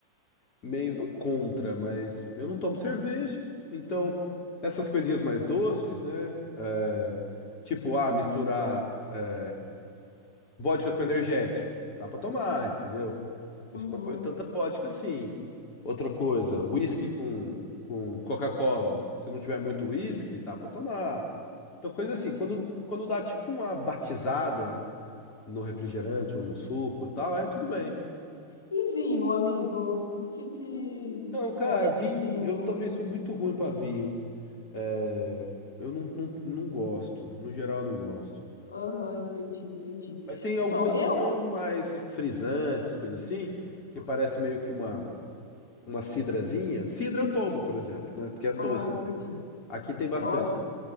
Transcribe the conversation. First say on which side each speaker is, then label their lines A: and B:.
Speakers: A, on the left; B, on the left.
A: meio, não contra, mas eu não tomo cerveja, então essas coisinhas mais doces, né? é, tipo, ah, misturar eh, vodka com energético, dá pra tomar, entendeu?
B: Uhum,
A: Eu só não ponho tanta vodka assim. Outra coisa, whisky com, com Coca-Cola. Se não tiver muito whisky, dá pra tomar. Então, coisa assim,
B: sim.
A: quando, quando dá tipo uma batizada no refrigerante ou no suco e tal, aí tudo bem.
B: E vinho, amigo? O que que
A: Então,
B: você
A: cara,
B: acha
A: vinho,
B: de vinho?
A: eu também sou muito ruim pra vinho. É, eu não, não, não gosto, no geral eu não gosto.
B: Aham, entendi, entendi.
A: Mas tem alguns
B: Então, eu...
A: que são mais frisantes, coisa assim, que parece meio que uma, uma cidrazinha. Cidra eu tomo, por exemplo, né? Porque é doce
B: Ah, entendi.
A: também. Aqui tem
B: Então,
A: bastante.